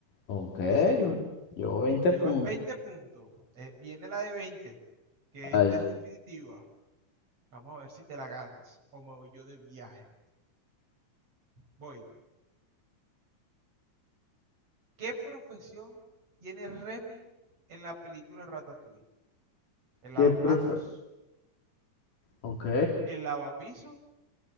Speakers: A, on the left (about 85°); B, on the right (about 50°).
A: Ok,
B: Sí, señor.
A: llevo 20
B: Llevas
A: puntos.
B: 20 puntos. Eh, viene la de veinte, que
A: Ay,
B: esta es definitiva. Vamos a ver si te la ganas o me voy yo de viaje. Voy. ¿Qué profesión tiene Remy en la película Ratatouille? ¿El lavaplatos,
A: ¿Qué prefe- Ok.
B: el lavapiso